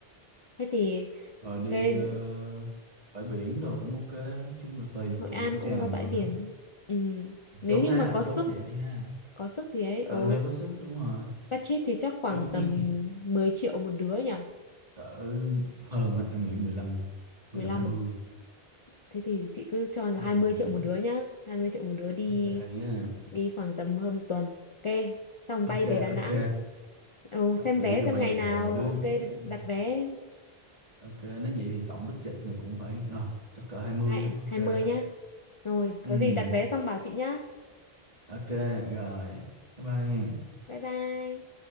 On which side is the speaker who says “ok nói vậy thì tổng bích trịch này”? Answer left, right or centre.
Right